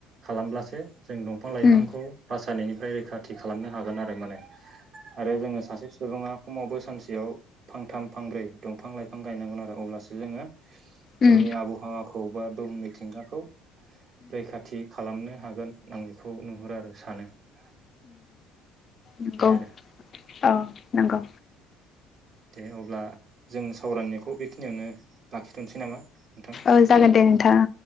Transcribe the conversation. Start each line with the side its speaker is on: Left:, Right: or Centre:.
Right: खालामब्लासो जों दंफां-लाइफांखौ
Left: उम
Right: बासानायनि ओमफ्राय रैखाथि खालामनो हागोन आरो माने आरो जोङो सासे सुबुङा खमावबो सानसे बेयाव फांथाम फांब्रै दंफां-लाइफां बिफां गायनांगोन आरो अब्लासो जोङो
Left: उम
Right: जोंनि आबहावाखौ खौ बा बुहुम मिथिंगाखौ रैखाथि खालामनो हा हागोन आं बेखौ नुहुरो आरो सानो ।
Left: नंगौ
Right: आरो
Left: औ नंगौ
Right: दे अब्ला जों सावरायनायखौ बेखिनियावनो लाखिथ'सै नामा नोंथां?
Left: औ जागोन दे नोंथां